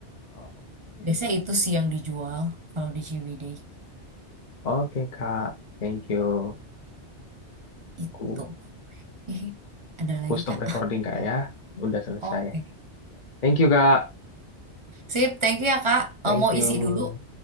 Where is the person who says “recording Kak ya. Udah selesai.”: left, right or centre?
Left